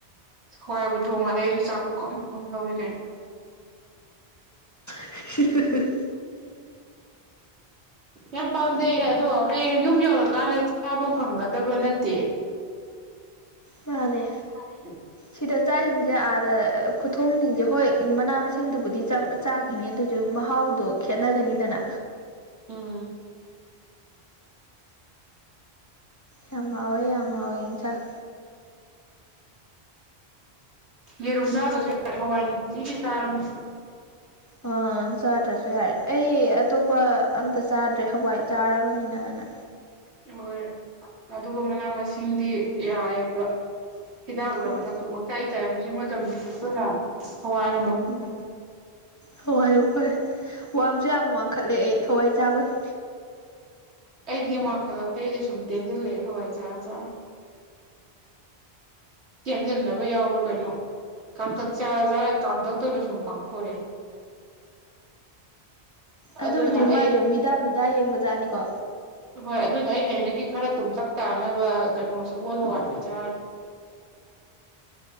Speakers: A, on the right (about 85°); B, on the left (about 15°).
A: ꯍꯋꯥꯏꯕꯨ ꯊꯣꯡꯉꯗꯤ ꯑꯩꯁꯨ ꯆꯥꯛ ꯄꯨꯈꯝ ꯄꯨꯈꯝ ꯂꯧꯏ ꯀꯩꯅꯣ
B: <inaudible>
A: ꯌꯥꯝ ꯄꯥꯝꯖꯩꯌꯦ ꯑꯗꯣ ꯍꯌꯦꯡ ꯌꯨꯝ ꯌꯧꯔꯀꯥꯟꯗ ꯆꯥꯕ ꯐꯪꯒꯗꯕ ꯅꯠꯇꯦ
B: ꯃꯥꯅꯦ
A: <unintelligible>
B: ꯁꯤꯗ ꯆꯥꯏꯁꯤꯡꯁꯦ ꯑꯥꯗ ꯈꯨꯊꯣꯡꯁꯤꯡꯁꯦ ꯍꯣꯏ ꯃꯅꯥ ꯃꯁꯤꯡꯗꯨꯕꯨꯗꯤ ꯆꯥꯈꯤꯅꯤ ꯑꯗꯨꯑꯣꯏꯁꯨ ꯃꯍꯥꯎꯗꯣ ꯈꯦꯠꯅꯒꯅꯤꯗꯅ
A: ꯑꯥ
B: ꯌꯥꯝ ꯍꯥꯎꯋꯦ ꯌꯥꯝ ꯍꯥꯎꯋꯦ ꯌꯦꯟꯁꯥꯡ
A: ꯌꯦꯔꯨꯝ ꯆꯥꯗꯁꯨ ꯌꯥ ꯍꯋꯥꯏ ꯅꯨꯡꯇꯤꯒꯤ ꯆꯥꯔꯝꯅꯤ
B: ꯑ ꯆꯥꯗ꯭ꯔꯁꯨ ꯌꯥꯔꯦ ꯑꯩ ꯑꯇꯣꯞꯄ ꯑꯝꯇ ꯆꯥꯗ꯭ꯔꯦ ꯍꯋꯥꯏ ꯆꯥꯔꯕꯅꯤꯅꯅ
A: ꯍꯣꯏ ꯑꯗꯨꯒ ꯃꯅꯥ ꯃꯁꯤꯡꯗꯤ ꯌꯥꯏꯑꯕ ꯍꯤꯗꯥꯛ
B: ꯍꯣꯏ
A: ꯂꯥꯡꯊꯛꯁꯨ ꯄꯪꯆꯥꯏ ꯆꯥꯏ ꯍꯧꯖꯤꯛ ꯃꯇꯝꯁꯤꯗꯤ ꯑꯗꯨꯅ ꯍꯋꯥꯏ
B: ꯎꯝ ꯍꯋꯥꯏꯅ ꯐꯔꯦ ꯋꯥꯡꯁꯨ ꯌꯥꯝ ꯋꯥꯡꯈꯠꯂꯦ ꯑꯩ ꯍꯋꯥꯏ ꯆꯥꯕꯒꯤ
A: ꯑꯩꯗꯤ ꯋꯥꯡꯈꯠꯂꯛꯇꯦ ꯑꯩꯗꯤ ꯁꯨꯝ ꯇꯦꯟꯁꯤꯜꯂꯛꯑꯦ ꯍꯋꯥꯏ ꯆꯥꯔꯥ ꯆꯥꯔꯥ ꯆꯦꯟꯖꯤꯟꯅꯕ ꯌꯥꯎꯕ꯭ꯔꯥ ꯀꯩꯅꯣ ꯀꯥꯡꯇꯛ ꯆꯥꯔ ꯆꯔꯒꯥ ꯀꯥꯡꯇꯛꯇꯧꯅ ꯁꯨꯝ ꯄꯥꯛꯊꯣꯔꯛꯑꯦ <inaudible>
B: ꯑꯗꯨꯕꯨꯗꯤ
A: ꯑꯩ
B: ꯃꯥꯏꯗꯣ ꯃꯤꯗꯥ ꯃꯤꯗꯥ ꯌꯦꯡꯕꯖꯥꯠꯅꯤꯀꯣ
A: ꯍꯣꯏ ꯑꯗꯨꯅ ꯑꯩ ꯍꯌꯦꯡꯗꯒꯤ ꯈꯔ ꯇꯨꯝꯇꯛ ꯇꯥꯥꯅꯕ ꯀꯩꯅꯣ ꯁꯒꯣꯜ ꯍꯋꯥꯏꯗꯣ ꯑꯣꯢꯅ ꯆꯥꯔꯅꯤ